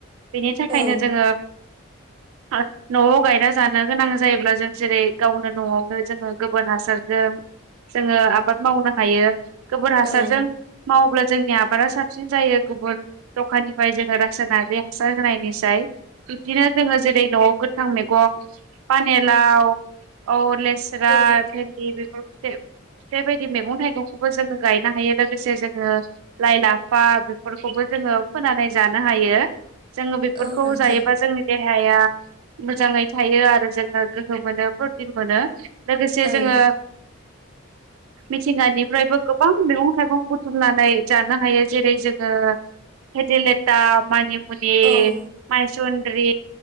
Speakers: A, on the right; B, on the right.
A: बेनि थाखायनो
B: औ
A: जोङो <unintelligible> न'आव गायना जानो गोनां जायोब्ला जों जेरै गावनो न'आवनो जोङो गोबोर हासारजों जोङो आबाद मावनो हायो। गोबोर हासारजों
B: औ
A: मावोब्ला जोंनि आबादा साबसिन जायो गुबुन दखाननिफ्राय जोङो रासाइनारि हासार होनायनिसाय। बिदिनो जोङो जेरै न'आव गोथां मेगं पानेलाव औ लेस्रा
B: औ
A: भेदि बेफोर बेबायदि मैगं थाइगंखौबो जोङो गायनो हायो लोगोसे जोङो लाइ लाफा बेफोरखौबो जोङो फोनानै जानो हायो जोङो बेफोरखौ
B: औ नोंथां
A: जायोबा जोंनि दे देहाया मोजाङै थायो आरो जोङो गोहो मोनो प्रटिन मोनो। लोगोसे
B: औ
A: जोङो मिथिंगानिफ्रायबो गोबां मैगं थाइगं बुथुमनानै जानो हायो जेरै जोङो भीडेलेटा मानि मुनि
B: औ
A: मायसुन द्रि